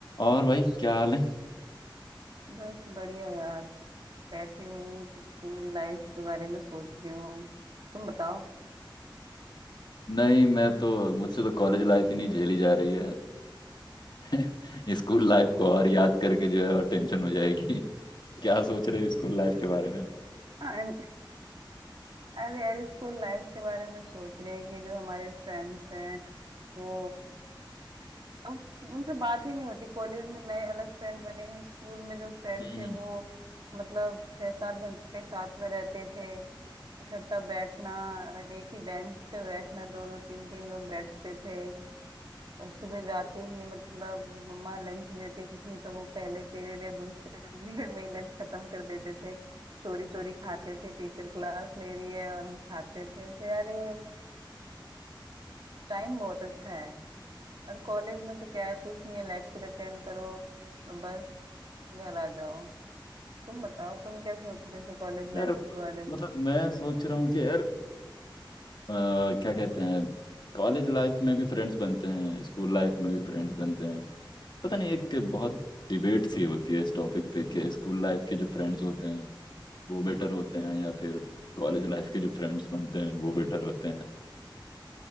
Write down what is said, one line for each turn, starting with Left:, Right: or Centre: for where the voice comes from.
Left: और भाई क्या हाल है
Right: बस बढ़िया यार बैठी हूँ स्कूल लाइफ के बारे में सोच रही हूँ तुम बताओ
Left: नहीं मैं तो मुझसे तो कॉलेज लाइफ ही नहीं झेली जा रही है <laughs> स्कूल लाइफ को और याद करके जो है और टेंशन हो जाएगी <laughs> क्या सोच रहे हो स्कूल लाइफ के बारे में
Right: I'm- अरे यार स्कूल लाइफ के बारे में सोच रहे हैं कि जो हमारे फ्रेंड्स हैं वो अब उनसे बात ही नहीं होती कॉलेज में नए अलग फ्रेंड बने हैं स्कूल में जो फ्रेंड
Left: हम्म
Right: थे वो मतलब छह सात घंटे साथ में रहते थे इकट्ठा बैठना और एक ही बेंच पे बैठना दो दो तीन तीन लोग बैठते थे और सुबह जाते ही मतलब मम्मा लंच देती थी तो वो पहले पीरियड या दूसरे <laughs> पीरियड में ही लंच खत्म कर देते थे चोरी चोरी खाते थे टीचर क्लास ले रही है और हम खाते थे तो यार ये टाइम बहुत अच्छा है और कॉलेज में तो क्या है कुछ नहीं है लेक्चर अटेंड करो और बस घर आ जाओ तुम बताओ तुम क्या सोच रहे थे कॉलेज
Left: यार
Right: लाइफ के बारे में
Left: मतलब मैं सोच रहा हूँ कि यार अ, क्या कहते हैं कॉलेज लाइफ में भी फ्रेंड्स बनते हैं स्कूल लाइफ में भी फ्रेंड्स बनते हैं पता नहीं एक बहुत डिबेट सी होती है इस टॉपिक पे कि स्कूल लाइफ के जो फ्रेंड्स होते हैं वो बेटर होते हैं या फिर कॉलेज लाइफ के जो फ्रेंड्स बनते हैं वो बेटर होते हैं